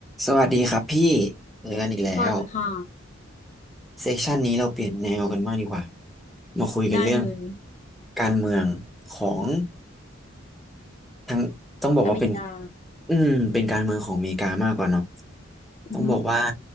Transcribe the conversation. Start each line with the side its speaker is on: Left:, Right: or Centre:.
Centre: สวัสดีครับพี่เจอกันอีกแล้ว
Left: สวัสดีค่ะ
Centre: เซสชันนี้เราเปลี่ยนแนวกันบ้างดีกว่ามาคุยกันเรื่อง
Left: ได้เลย
Centre: การเมืองของ ทั้งต้องบอกว่าเป็น
Left: อเมริกา
Centre: อืมเป็นการเมืองของอเมริกามากกว่าเนาะ
Left: อือฮึ
Centre: ต้องบอกว่า